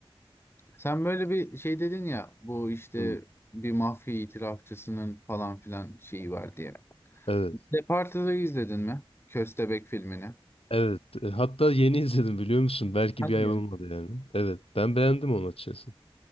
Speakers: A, on the left; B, on the left.
A: Sen böyle bir şey dedin ya bu işte
B: Hmm.
A: bir mafya itirafçısının falan filan şeyi var diye.
B: Evet.
A: Departed'ı izledin mi? Köstebek filmini.
B: Evet. E, Hatta yeni izledim biliyor musun? Belki
A: Hadi
B: bir ay
A: ya.
B: olmadı yani. Evet. Ben beğendim onu açıkçası.